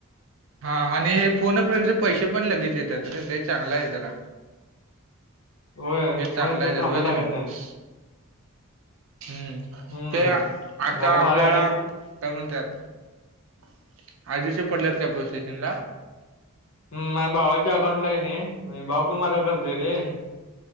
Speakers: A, on the right; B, on the left.
A: हा आणि हे फोन फनचे पैसे पण लगेच येत रे ते चांगला आहे जरा
B: होय
A: हे चांगलं
B: फोन अ फ्रेंड
A: आहे जर
B: थांबायला
A: आहे क
B: लागत
A: नाही हम्म
B: हम्म
A: ते आता आपल्याला
B: मला अडीच
A: काय म्हणते आठ दिवशी पडल्यात का प्रो सेशन ला
B: ह माझ्या भावाच्या अकाउंटला आहे ना म भाऊ पण माझा करतोय रे
A: हम्म,